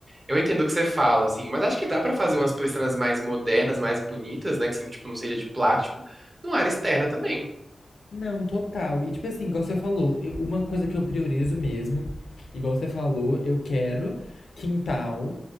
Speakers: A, on the right (about 35°); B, on the left (about 80°).
A: Eu entendo o que você fala, assim, mas acho que dá pra fazer umas piscinas mais modernas, mais bonitas, né? Que são, tipo, não seja de plástico, numa área externa também.
B: Não, total. E tipo assim, igual você falou, eu- uma coisa que eu priorizo mesmo, igual você falou, eu quero quintal,